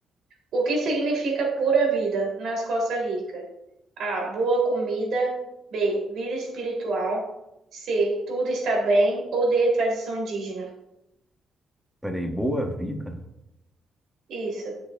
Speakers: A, on the right; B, in the centre.
A: O que significa pura vida nas Costa Rica? A. Boa comida. B. Vida espiritual. C. Tudo está bem. Ou D. Tradição indígena.
B: Peraí, boa vida?
A: Isso,